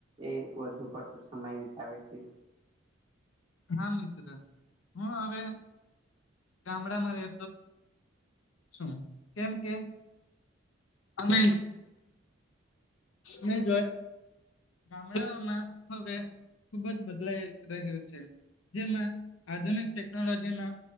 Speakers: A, on the right; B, on the left.
A: એ વધુ પડતો સમય વિતાવે છે?
B: હા મિત્ર હું હવે, ગામડામાં રહે શું કેમ કે, અમે. મે જોયા, ગામડાઓમાં હવે. ખુબ જ બદલાઈ રહ્યું છે. જેમાં આધુનિક ટેકનોલોજીના